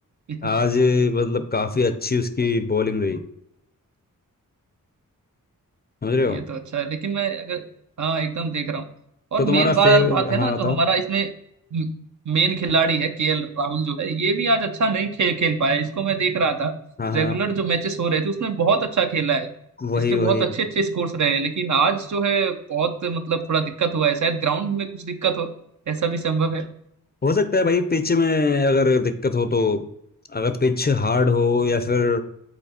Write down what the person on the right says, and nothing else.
इतनी
ये तो अच्छा है लेकिन मैं अगर हाँ एकदम देख रहा हूँ और
मेन
बात
बात है
ना जो
हमारा इसमें मेन खिलाड़ी है केएल राहुल जो है ये भी आज अच्छा नहीं खेल खेल पाया इसको मैं देख रहा था
रेगुलर जो मैचेस हो रहे थे उसमें बहुत अच्छा खेला है
इसके बहुत
अच्छे अच्छे स्कोर्स रहे हैं लेकिन आज जो है बहुत मतलब थोड़ा दिक्कत हुआ है शायद ग्राउंड में कुछ दिक्कत हो ऐसा भी संभव है